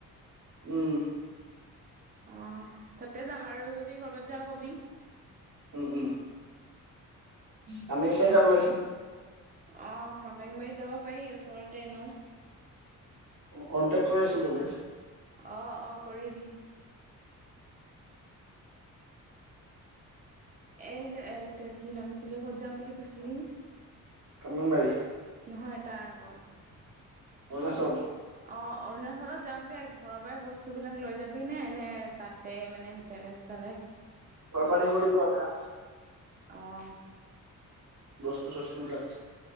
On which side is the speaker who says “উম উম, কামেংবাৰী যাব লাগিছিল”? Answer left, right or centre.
Right